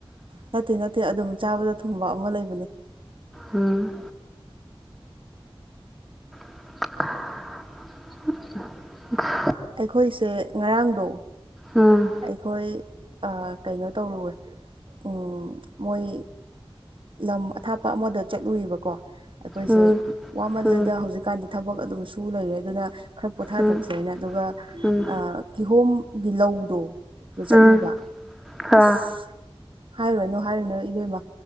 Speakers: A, on the right (about 60°); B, in the centre.
A: ꯅꯠꯇꯦ ꯅꯠꯇꯦ ꯑꯗꯨꯝ ꯆꯥꯕꯗ ꯊꯨꯝꯕ ꯑꯃ ꯂꯩꯕꯅꯦ
B: ꯎꯝ <inaudible>
A: ꯈꯣꯏꯁꯦ ꯉꯔꯥꯡꯗꯣ
B: ꯎꯝ
A: ꯑꯩꯈꯣꯏ ꯑ ꯀꯩꯅꯣ ꯇꯧꯔꯨꯋꯦ ꯎꯝ ꯃꯣꯏ ꯂꯝ ꯑꯊꯥꯞꯄ ꯑꯃꯗ ꯆꯠꯂꯨꯏꯑꯕꯀꯣ ꯑꯩꯈꯣꯏꯁꯦ
B: ꯎꯝ
A: ꯋꯥꯃꯜꯂꯗ
B: ꯎꯝ
A: ꯍꯧꯖꯤꯛ ꯀꯥꯟꯗꯤ ꯊꯕꯛ ꯑꯗꯨꯝ ꯁꯨ ꯂꯩꯔꯦ ꯑꯗꯨꯅ ꯈꯔ ꯄꯣꯊꯥꯊꯣꯛꯁꯦꯅ
B: ꯎꯝ
A: ꯑꯗꯨꯒ
B: ꯎꯝ
A: ꯑ ꯀꯤꯍꯣꯝ ꯒꯤ ꯂꯧꯗꯣ ꯑꯗꯨ ꯆꯠꯂꯨꯕ
B: ꯎꯝ ꯑꯥ
A: ꯑꯁ ꯍꯥꯏꯔꯨꯔꯅꯨ ꯍꯥꯏꯔꯨꯅꯨ ꯏꯕꯦꯝꯃ